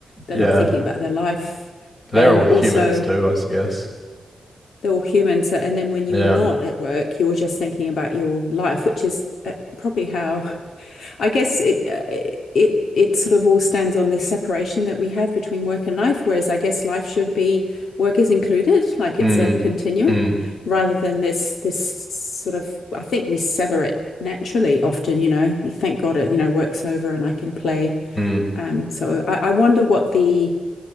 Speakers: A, on the left (about 70°); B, on the left (about 15°).
A: They're
B: yeah.
A: not thinking about their life.
B: But they're
A: And
B: all humans
A: also,
B: too, I guess.
A: they're all human. So, and then when you're
B: Yeah.
A: not at work, you're just thinking about your life, which is uh, probably how I guess it uh, it it sort of all stands on this separation that we have between work and life, whereas I guess life should be work is included, like
B: Hmm.
A: it's a continuum,
B: Hmm.
A: rather than this this sort of I think we sever it naturally often, you know, you thank God it, you know, work's over and I can play.
B: Hmm.
A: Um, so I, I wonder what the